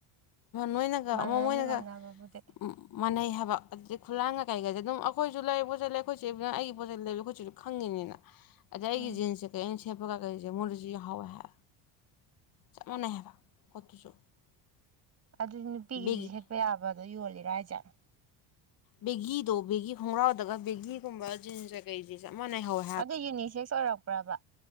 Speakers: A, on the left (about 45°); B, on the right (about 30°).
A: ꯅꯣꯏꯅꯒ
B: ꯃꯥꯟꯅꯅꯤ
A: ꯑꯃ ꯃꯣꯏꯅꯒ
B: ꯃꯥꯟꯅꯕꯕꯨꯗꯤ
A: ꯎ ꯃꯥꯟꯅꯩ ꯍꯥꯏꯕ ꯑꯗꯨꯗꯩꯩ ꯈꯨꯂꯥꯡꯒ ꯀꯩꯒꯖꯦ ꯑꯗꯨꯝ ꯑꯩꯈꯣꯏꯁꯨ ꯂꯩ ꯄꯣꯠ ꯆꯩ ꯂꯩ ꯑꯩꯈꯣꯏꯆꯦꯒ ꯑꯩꯒꯤ ꯄꯣꯠ ꯆꯩ ꯂꯩꯕ ꯑꯈꯣꯏꯆꯦꯁꯨ ꯈꯪꯉꯤꯅꯤꯅ ꯑꯗ ꯑꯩꯒꯤ
B: ꯎꯝ
A: ꯖꯤꯟꯁꯁꯦ <unintelligible> ꯃꯉꯣꯟꯗꯖꯨ ꯌꯥꯍꯧꯋꯦ ꯍꯥ ꯆꯞ ꯃꯥꯅꯩ ꯍꯥꯏꯕ ꯄꯣꯠꯇꯨꯁꯨ
B: ꯑꯗꯨꯗꯤ ꯅꯨꯄꯤꯒꯤꯖꯨ
A: ꯕꯦꯒꯤ
B: ꯁꯦꯠꯄ ꯌꯥꯕꯗꯣ ꯌꯣꯜꯂꯤꯔꯣ ꯍꯥꯏꯖꯦ
A: ꯕꯦꯒꯤꯗꯣ ꯕꯦꯒꯤ ꯈꯣꯡꯒ꯭ꯔꯥꯎꯗꯒ ꯕꯦꯒꯤꯒꯨꯝꯕ ꯖꯤꯟꯁ ꯀꯩꯀꯩꯖꯦ ꯆꯞ ꯃꯥꯅ ꯍꯧꯋꯦ
B: ꯑꯗꯨ ꯌꯨꯅꯤꯁꯦꯛꯁ ꯑꯣꯏꯔꯛꯄ꯭ꯔꯕ